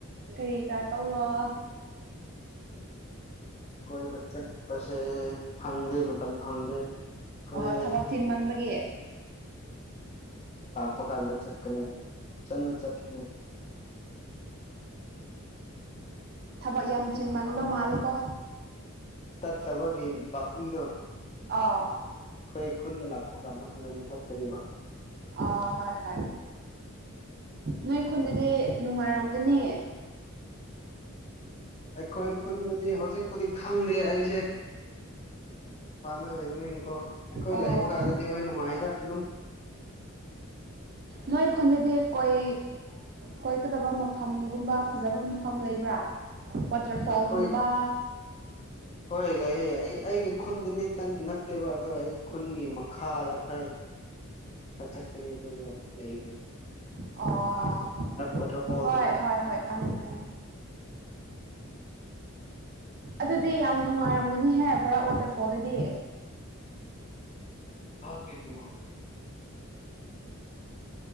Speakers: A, on the right; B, on the left.
A: ꯀꯔꯤ ꯀꯔꯥ ꯇꯧꯔꯣ
B: ꯀꯣꯏꯕ ꯆꯠꯄꯁꯦ ꯐꯪꯗꯦ ꯃꯇꯝ ꯐꯪꯗꯦ ꯑꯩꯈꯣꯏ
A: ꯑꯣ ꯊꯕꯛ ꯆꯤꯟ ꯃꯟꯕꯒꯤ
B: ꯄꯀꯥꯟꯗ ꯆꯠꯀꯅꯤ ꯆꯟꯗ ꯆꯠꯀꯅꯤ
A: ꯊꯕꯛ ꯌꯥꯝ ꯆꯤꯟꯃꯟꯕ ꯃꯥꯂꯦꯀꯣ
B: ꯆꯠꯠꯇꯕꯒꯤ ꯀꯤꯗ
A: ꯑꯥ
B: ꯑꯩꯈꯣꯏ ꯈꯨꯟꯗ ꯂꯥꯛꯄ ꯀꯥꯟꯅ ꯐꯖꯅ ꯆꯠꯀꯅꯤꯕ
A: ꯑꯥ ꯍꯣꯏ ꯍꯣꯏ ꯅꯣꯏ ꯈꯨꯟꯗꯗꯤ ꯅꯨꯡꯉꯥꯏꯔꯝꯒꯅꯤ
B: ꯑꯩꯈꯣꯏ ꯈꯨꯟꯗꯗꯤ ꯍꯧꯖꯤꯛꯄꯨꯗꯤ ꯈꯪꯗꯦ ꯑꯩꯁꯦ ꯗ ꯂꯩ ꯏꯅꯤ ꯀꯣ ꯑꯩꯈꯣꯏ
A: ꯑꯣ
B: ꯂꯩꯕ ꯀꯥꯟꯗꯗꯤ ꯍꯣꯏ ꯅꯨꯡꯉꯥꯏꯗ ꯑꯗꯨꯝ
A: ꯅꯣꯏ ꯈꯨꯟꯗꯗꯤ ꯀꯣꯏ ꯀꯣꯏꯀꯗꯕ ꯃꯐꯝꯒꯨꯝꯕ ꯐꯖꯕ ꯃꯐꯝ ꯂꯩꯕ꯭ꯔꯥ ꯋꯥꯇꯔ ꯐꯥꯜꯒꯨꯝꯕ
B: ꯑꯩꯈꯣꯏ ꯍꯣꯏ ꯂꯩꯌꯦ ꯑꯩ ꯑꯩꯒꯤ ꯈꯨꯟꯗ ꯅꯠꯇꯦꯕ ꯑꯗꯣ ꯑꯩ ꯈꯨꯟꯒꯤ ꯃꯈꯥꯗ ꯈꯔ ꯑ ꯆꯠꯀꯅꯤ ꯑꯗꯨꯒ ꯂꯩ
A: ꯑꯣ
B: ꯋꯥꯇꯔꯐꯣꯜꯗꯣ
A: ꯍꯣꯏ ꯍꯣꯏ ꯍꯣꯏ ꯀꯃꯤ ꯀꯅꯤ ꯑꯗꯨꯗꯤ ꯌꯥꯝ ꯅꯨꯡꯉꯥꯏꯔꯝꯒꯅꯤꯍꯦ ꯕꯣꯔꯥ ꯋꯥꯇꯔꯐꯣꯜꯗꯗꯤ
B: ꯍꯥ ꯀꯩꯅꯕꯨꯍ